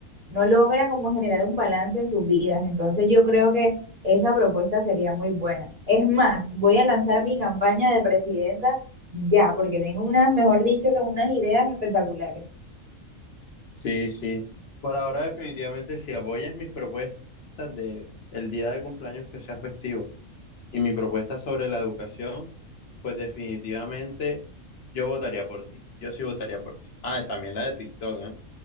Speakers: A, on the right (about 35°); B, on the left (about 60°).
A: no logra como generar un balance en sus vidas. Entonces yo creo que esa propuesta sería muy buena. Es más, voy a lanzar mi campaña de presidenta ya, porque tengo unas, mejor dicho, unas ideas espectaculares.
B: Sí, sí. Por ahora, definitivamente, si apoyas mis propuestas de el día de cumpleaños que sea festivo y mi propuesta sobre la educación, pues definitivamente yo votaría por ti. Yo sí votaría por ti. Ah, también la de TikTok, ¿eh?